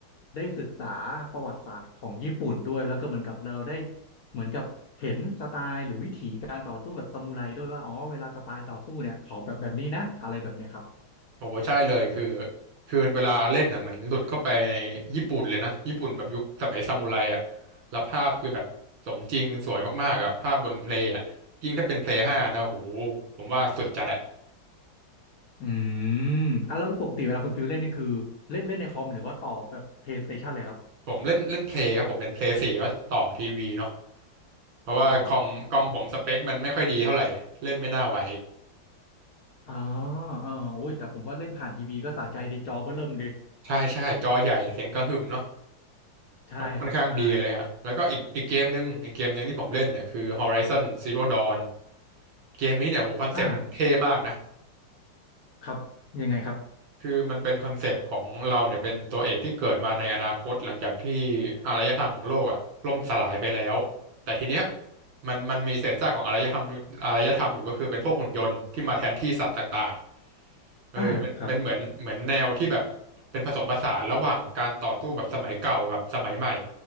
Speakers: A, on the left; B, on the right.
A: ได้ศึกษาประวัติศาสตร์ของญี่ปุ่นด้วย แล้วก็เหมือนกับเราได้เหมือนกับเห็นสไตล์หรือวิถีการต่อสู้แบบซามูไรด้วยว่าอ๋อเวลาสไตล์ต่อสู้เนี่ยเขาแบบแบบนี้นะอะไรแบบเนี้ยครับ
B: โอ้ใช่เลยคือคือเวลาเล่นอ่ะเหมือนหลุดเข้าไปในญี่ปุ่นเลยนะญี่ปุ่นแบบยุคสมัยซามูไรอ่ะแล้วภาพคือแบบสมจริงสวยมากๆอ่ะภาพบนเพลย์อ่ะยิ่งถ้าเป็นเพลย์ห้านะโอ้โหผมว่าสุดจัดอ่ะ
A: อืมอ่ะแล้วปกติเวลาคุณฟิลเล่นนี่คือเล่นเล่นในคอมหรือว่าต่อแบบ PlayStation เลยครับ
B: ผมเล่นเล่นเพลย์ครับผมเป็นเพลย์สี่แล้วต่อทีวีเนาะเพราะว่าคอมคอมผมสเปคมันไม่ค่อยดีเท่าไหร่เล่นไม่น่าไหว
A: อ๋ออ๋ออ๋อโอ้ยแต่ผมว่าเล่นผ่านทีวีก็สะใจดีจอเบ้อเริ่มดี
B: ใช่ใช่จอใหญ่เสียงกระหึ่มเนาะ
A: ใช่ครับใช่
B: ค่อนค่อนข้างดีเลยฮะแล้วก็อีกอีกเกมหนึ่งอีกเกมหนึ่งที่ผมเล่นเนี่ยคือ Horizon Zero Dawn เกมนี้เนี่ยโหคอนเซปต์มันเท่มากนะ
A: อ่าครับยังไงครับ
B: คือมันเป็นคอนเซปต์ของเราเนี่ยเป็นตัวเอกที่เกิดมาในอนาคตหลังจากที่อารยธรรมของโลกอ่ะล่มสลายไปแล้วแต่ทีเนี้ยมันมันมีเศษซากของอารยธรรมอารยธรรมอยู่ก็คือเป็นพวกหุ่นยนต์ที่มาแทนที่สัตว์ต่างๆเออเป็นเป็นเหมือนเหมือนแนวที่แบบเป็นผสมผสานระหว่างการต่อสู้แบบสมัยเก่ากับสมัยใหม่
A: อ่าครับ